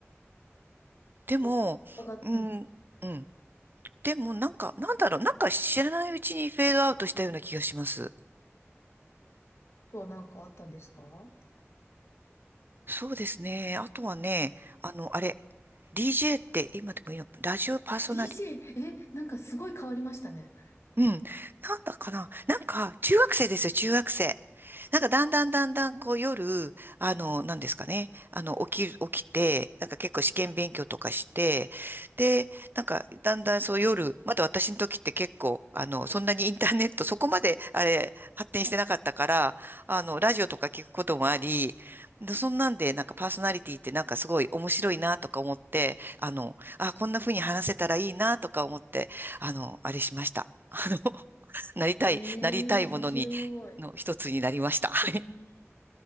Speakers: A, on the right; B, on the left.
A: でも、
B: お、あが、
A: うん、
B: うん。
A: うん。でもなんか、なんだろう、なんか知らないうちにフェードアウトしたような気がします。
B: とはなんかあったんですか
A: そうですね。あとはね、あの、あれ、DJ って今でもいいの、ラジオパーソナリティ、
B: DJ、え、なんかすごい変わりましたね。
A: うん。なんだかな。なんか、中学生ですよ、中学生。なんか、だんだんだんだん、こう、夜、あの、なんですかね。あの、起きる、起きて、なんか結構試験勉強とかして、で、なんか、だんだんそう夜、まだ私の時って結構、あの、そんなにインターネット、そこまで、あれ、発展してなかったから、あの、ラジオとか聞くこともあり、でそんなんで、なんかパーソナリティってなんかすごい面白いなとか思って、あの、あ、こんな風に話せたらいいなとか思って、あの、あれしました。あの、<laughs> なりたい、
B: ええ面白い。
A: なりたいものに、の一つになりました。<laughs> はい。
B: えー